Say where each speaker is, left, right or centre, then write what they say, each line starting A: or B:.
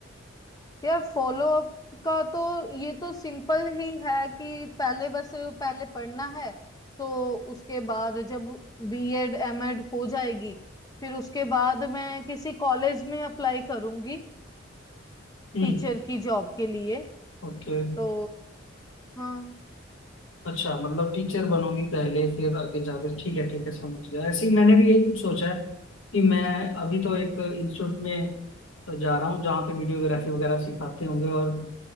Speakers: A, on the left; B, on the left.
A: यार फॉलो अप का तो ये तो सिंपल ही है कि पहले बस पहले पढ़ना है तो उसके बाद जब बीएड एमएड हो जाएगी फिर उसके बाद मैं किसी कॉलेज में अप्लाई करूंगी
B: हम्म
A: टीचर की जॉब के लिए
B: ओके
A: तो हाँ
B: अच्छा मतलब टीचर बनोगी पहले फिर आगे जाकर ठीक है ठीक है समझ गया ऐसे ही मैंने भी यही कुछ सोचा है कि मैं अभी तो एक इंस्टीट्यूट में जा रहा हूँ जहाँ पे वीडियोग्राफी वगैरह सिखाते होंगे और